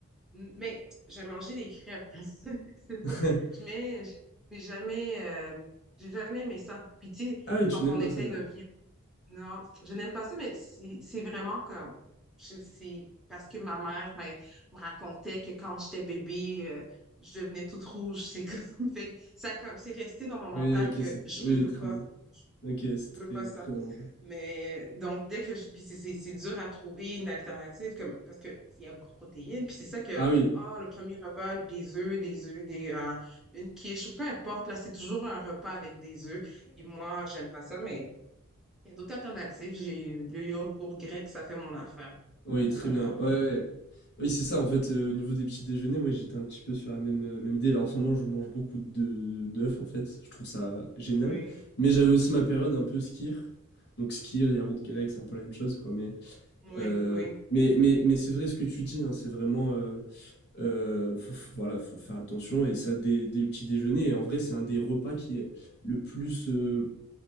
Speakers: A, in the centre; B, on the left.
A: Mais j'ai mangé des crêpes. <laughs> C'est bon.
B: <laughs>
A: Je mets, j'ai j'ai jamais, euh, j'ai jamais aimé ça. Puis tu sais,
B: Ah oui, tu
A: quand
B: n'aimes
A: on
B: pas
A: essaye
B: ça, ok.
A: de bien. Non, je n'aime pas ça, mais c'est c'est vraiment comme. je- C'est parce que ma mère m'a- me racontait que quand j'étais bébé, euh, je devenais toute rouge. C'est comme. <laughs> Fait que ça, comme, c'est resté dans mon mental
B: Oui, ok,
A: que
B: c'est
A: je
B: oui,
A: veux
B: très
A: pas.
B: bon. Ok, c'est
A: Je
B: très
A: veux pas ça.
B: très dans mon tas.
A: Mais donc, dès que je. Puis c'est c'est- c'est dur à trouver une alternative comme, parce qu'il y a beaucoup de protéines. Puis c'est ça que,
B: Ah oui,
A: ah, le premier repas, des œufs, des œufs, des, euh, une quiche, ou peu importe, là, c'est toujours un repas avec des œufs. Puis moi, j'aime pas ça, mais il y a d'autres alternatives. J'ai le yogourt grec, ça fait mon affaire.
B: oui,
A: Donc,
B: très
A: ça.
B: bien. Ouais, ouais. ouais. Oui, c'est ça. En fait, euh, au niveau des petits déjeuners, moi, j'étais un petit peu sur la même euh, même idée. Alors, en ce moment, je mange beaucoup de d'œufs. En fait, je trouve ça génial.
A: Oui,
B: Mais j'avais aussi ma période un peu skir. Donc skir, yaourt grec, c'est un peu la même chose, quoi. Mais
A: oui,
B: euh,
A: oui.
B: mais mais mais c'est vrai ce que tu dis. hein, c'est vraiment euh, euh, faut, faut- voilà, faut faire attention et ça dès, dès le petit déjeuner. Et en vrai, c'est un des repas qui est le plus euh,